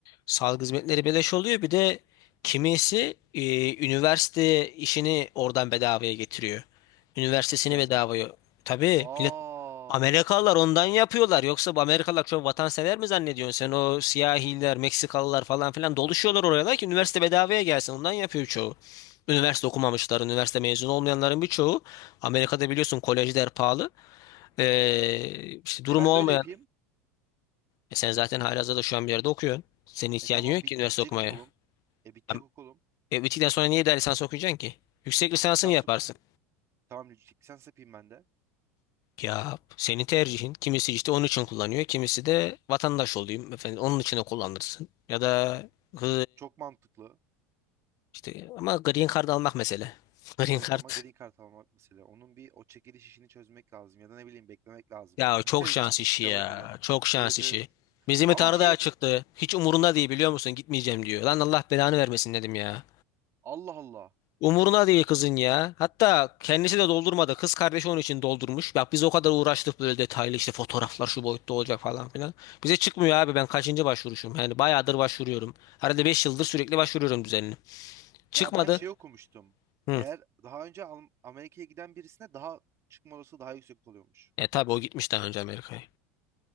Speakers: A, on the left; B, on the right.
A: Sağlık hizmetleri beleş oluyor. Bir de kimisi e, üniversite işini oradan bedavaya getiriyor. Üniversitesini
B: Nasıl yani?
A: bedavaya. Tabii
B: Aa,
A: millet Amerikalılar ondan yapıyorlar. Yoksa bu Amerikalılar çok vatansever mi zannediyorsun? Sen o siyahiler, Meksikalılar falan filan doluşuyorlar oraya ki üniversite bedavaya gelsin. Ondan yapıyor çoğu. Üniversite okumamışlar, üniversite mezunu olmayanların birçoğu. Amerika'da biliyorsun kolejler pahalı. Ee, işte durumu
B: e ben
A: olmayan.
B: de öyle yapayım.
A: E sen zaten halihazırda şu an bir yerde okuyorsun. Senin ihtiyacın
B: E tamam
A: yok
B: bit
A: ki üniversite
B: bitecek
A: okumaya.
B: okulum. E bitecek
A: Ya,
B: okulum.
A: E, bittikten sonra niye daha lisans okuyacaksın ki? Yüksek lisansını
B: Lisans
A: yaparsın.
B: ok- tamam lisans yapayım ben de.
A: Ya senin tercihin. Kimisi işte onun için kullanıyor. Kimisi de vatandaş olayım efendim onun için de kullanırsın. Ya da hı,
B: Çok mantıklı.
A: işte ama green card almak mesele. <laughs> Green
B: Evet
A: card.
B: ama green card almak mesela. Onun bir o çekiliş işini çözmek lazım ya da ne bileyim beklemek lazım.
A: Ya çok
B: <laughs>
A: şans
B: Çık
A: işi
B: çıkana
A: ya.
B: kadar.
A: Çok şans
B: Evet
A: işi.
B: evet.
A: Bizim
B: Ama
A: Tanrı
B: şey
A: da
B: yap.
A: çıktı. Hiç umurunda değil biliyor musun? Gitmeyeceğim diyor. Lan Allah belanı vermesin dedim ya.
B: Allah Allah.
A: Umuruna değil kızın ya. Hatta kendisi de doldurmadı. Kız kardeşi onun için doldurmuş. Bak biz o kadar uğraştık böyle detaylı işte fotoğraflar şu boyutta olacak falan filan. Bize çıkmıyor abi ben kaçıncı başvuruşum. Yani bayağıdır başvuruyorum. Herhalde 5 yıldır sürekli başvuruyorum düzenli. Çıkmadı.
B: Ya ben şey okumuştum.
A: Hı.
B: Eğer daha önce Alm- Amerika'ya giden birisine daha çıkma olasılığı daha yüksek oluyormuş.
A: E tabi o gitmiş daha önce Amerika'ya.